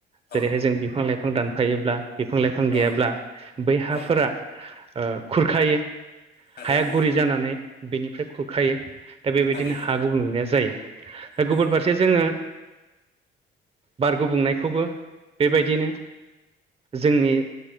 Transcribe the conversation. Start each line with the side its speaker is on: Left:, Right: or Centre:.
Right: जेरैहाय
Left: औ
Right: जों बिफां लाइफां दानफायोब्ला बिफां लाइफां गैयाब्ला
Left: औ
Right: बै हाफोरा
Left: औ
Right: ओ खुरखायो
Left: थारैनो
Right: हाया गुरै जानानै। बिनिफ्राय खुरखायो दा बेबायदिनो
Left: थारैनो
Right: हा गुबुंलायनाया जायो। दा
Left: औ
Right: गुबुन फारसे जोङो बार गुबुंनायखौबो बेबायदिनो जोंनि